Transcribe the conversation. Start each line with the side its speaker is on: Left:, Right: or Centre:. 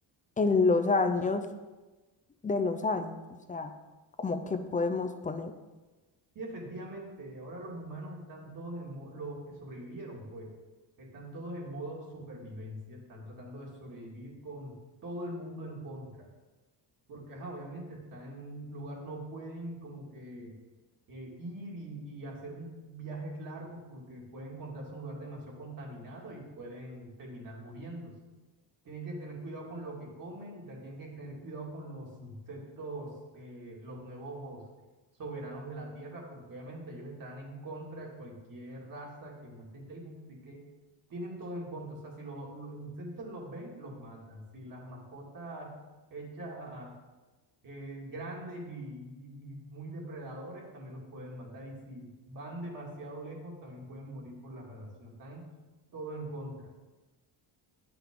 Left: en los años de los años, o sea, como que podemos poner.
Right: Y efectivamente, ahora los humanos están todos en mo- los que sobrevivieron, pues, están todos en modo supervivencia, están tratando de sobrevivir con todo el mundo en contra. porque ajá, obviamente están en un lugar, no pueden como que eh, ir y, y hacer un- viajes largos porque pueden encontrarse en un lugar demasiado contaminado y pueden terminar muriéndose. Tienen que tener cuidado con lo que comen y también tienen que tener cuidado con los insectos, eh, los nuevos soberanos de la Tierra, porque obviamente ellos estarán en contra de cualquier raza que muestre inteligencia, así que tienen todo en contra. O sea, si lo- los insectos los ven, los matan. Si las mascotas hechas eh, grandes y, y- y muy depredadores también los pueden matar. Y si van demasiado lejos, también pueden morir por la radiación. Están todo en contra.